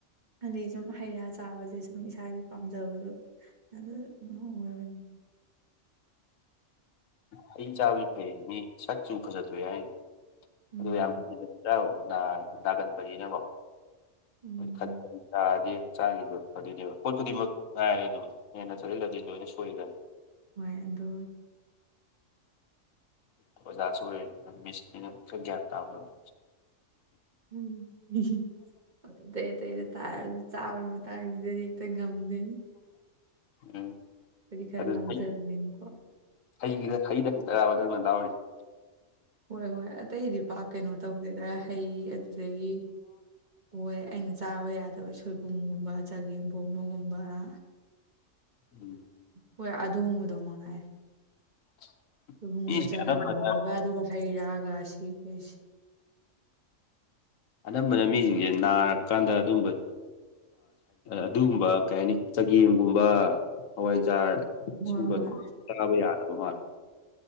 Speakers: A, on the right; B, on the left.
A: ꯑꯗꯩ ꯁꯨꯝ ꯍꯩ ꯔꯥ ꯆꯥꯕꯁꯦ ꯁꯨꯝ ꯏꯁꯥꯒꯤ ꯄꯥꯝꯖꯕꯗꯣ ꯑꯗꯨ ꯑꯍꯨꯝ ꯑꯣꯏꯕꯅꯤ
B: ꯍꯩ ꯆꯥꯕꯗꯤ ꯐꯩ ꯃꯤ ꯁꯛ ꯆꯨ ꯐꯖꯠꯇꯣꯛꯑꯦ ꯍꯥꯏꯅꯤ
A: ꯎꯝ
B: ꯑꯗꯨ ꯌꯥꯝ ꯍꯗꯤ <unintelligible> ꯅꯥꯒꯟꯕꯅꯤꯅꯀꯣ
A: ꯎꯝ
B: <unintelligible> ꯇꯥꯔꯥꯗꯤ ꯆꯥꯒꯤꯗꯨ ꯑꯗꯨꯏꯅꯦꯕ ꯄꯣꯠ ꯈꯨꯗꯤꯡꯃꯛ ꯉꯥꯏꯔꯦ ꯑꯗꯨꯝ ꯍꯦꯟꯅ ꯆꯠꯁꯤꯜꯂꯗꯤ ꯂꯣꯏꯅ ꯁꯣꯏꯔꯤꯗ
A: ꯍꯣꯏ ꯑꯗꯣ
B: ꯑꯣꯖꯥꯁꯨ ꯑꯣꯏ ꯃꯤꯁꯅꯤꯅꯥ ꯈꯔꯥ ꯒꯌ꯭ꯥꯟ ꯇꯥꯎ ꯍꯥꯏꯕꯥ
A: ꯎꯝ ꯍꯣꯏ ꯑꯇꯩ ꯑꯇꯩꯗ ꯇꯥꯔꯁꯨ ꯆꯥꯕꯒꯤ ꯃꯇꯥꯡꯁꯤꯗꯗꯤ ꯇ ꯉꯝꯗꯦꯅꯦ
B: ꯎꯝ
A: ꯑꯩꯗꯤ ꯈꯔ
B: ꯑꯗꯨ
A: ꯂꯥꯎꯖꯕꯅꯤꯅꯀꯣ
B: ꯍꯩ ꯍꯩꯒꯤꯗ ꯍꯩꯗ ꯈꯛꯇꯔꯕ ꯅꯪꯅ ꯂꯥꯎꯔꯤꯁꯦ
A: ꯍꯣꯏ ꯍꯣꯏ ꯑꯇꯩꯗꯤ ꯄꯥꯛ ꯀꯩꯅꯣ ꯇꯧꯗꯦꯗ ꯍꯩ ꯑꯗꯨꯗꯒꯤ ꯍꯣꯏ ꯑꯩꯅ ꯆꯥꯕ ꯌꯥꯗꯕ ꯁꯣꯏꯕꯨꯝꯒꯨꯝꯕ ꯆꯒꯦꯝ ꯄꯣꯝꯕꯒꯨꯝꯕ ꯑ
B: ꯎꯝ
A: ꯍꯣꯏ ꯑꯗꯨꯒꯨꯝꯕꯗꯣ ꯃꯉꯥꯏꯔꯦ
B: <inaudible>
A: ꯁꯣꯏꯕꯨꯒ
B: ꯃꯤꯁꯤꯡ
A: ꯆꯒꯦꯝ
B: ꯑꯅꯝꯕꯅ
A: ꯄꯣꯝꯕꯒ ꯑꯗꯨꯒ ꯍꯩ ꯔꯥꯒ ꯁꯤ ꯀꯩꯁꯤ
B: ꯑꯅꯝꯕꯅ ꯃꯤꯁꯤꯡꯁꯦ ꯅꯥꯔꯀꯥꯟꯗ ꯑꯗꯨꯝꯕ ꯑꯗꯨꯒꯨꯝꯕ ꯀꯩ ꯍꯥꯏꯅꯤ ꯆꯒꯦꯝꯒꯨꯝꯕ ꯍꯋꯥꯏꯖꯥꯔ
A: ꯍꯣꯏ
B: ꯁꯨꯝꯕꯗꯤ
A: ꯍꯣꯏ
B: ꯆꯥꯕ ꯌꯥꯗꯕ ꯃꯥꯜꯂꯦ